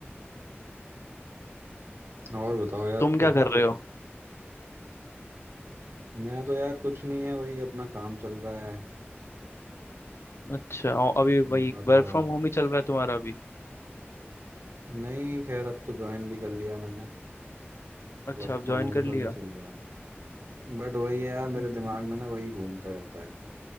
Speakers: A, on the right; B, on the left.
A: और बताओ यार
B: तुम
A: फिर
B: क्या कर रहे हो
A: मैं तो यार कुछ नहीं है भाई अपना काम चल रहा है
B: अच्छा और अभी
A: दिन
B: वही
A: भर
B: वर्क
A: आ,
B: फ्रॉम होम ही चल रहा है तुम्हारा अभी
A: नहीं खैर अब तो ज्वाइन भी कर लिया मैंने
B: अच्छा
A: वर्क
B: अब
A: फ्रॉम
B: ज्वाइन
A: होम
B: कर लिया
A: तो नहीं चल रहा बट वही है यार मेरे
B: हम्म,
A: दिमाग में ना वही घूमता रहता है